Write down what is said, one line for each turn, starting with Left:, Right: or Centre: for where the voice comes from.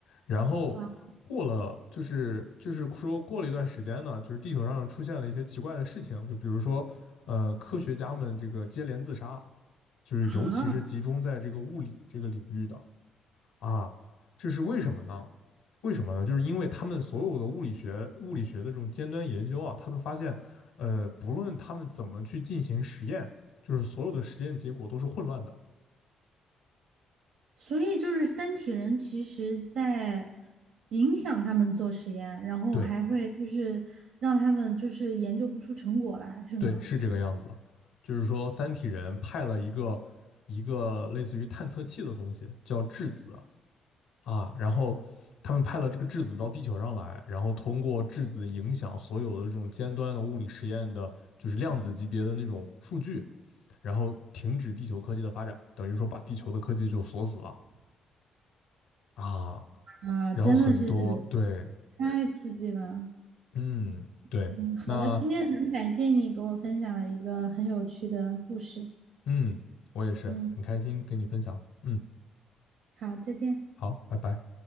Left: 然后过了就是就是说过了一段时间呢，
Right: 啊
Left: 就是地球上出现了一些奇怪的事情，就比如说呃科学家们这个接连自杀，就是尤其是集中在这个物理这个领域的。
Right: 啊！
Left: 啊，这是为什么呢？为什么呢？就是因为他们所有的物理学、物理学的这种尖端研究啊，他们发现，呃，不论他们怎么去进行实验，就是所有的实验结果都是混乱的。
Right: 所以就是三体人其实在影响他们做实验，然后还会就是让他们就是研究不出成果来，
Left: 对，
Right: 是吗？
Left: 对，是这个样子的。就是说，三体人派了一个一个类似于探测器的东西，叫质子啊，啊然后他们派了这个质子到地球上来，然后通过质子影响所有的这种尖端的物理实验的，就是量子级别的那种数据。然后停止地球科技的发展，等于说把地球的科技就锁死了啊。
Right: 哇，
Left: 然后很多对，
Right: 真的是太刺激了。
Left: 嗯，对，
Right: 嗯，好的，
Left: 那
Right: 今天很感谢你给我分享了一个很有趣的故事。
Left: 嗯，我也是很开心跟你分享，
Right: 嗯，
Left: 嗯，
Right: 好，再见。
Left: 好，拜拜。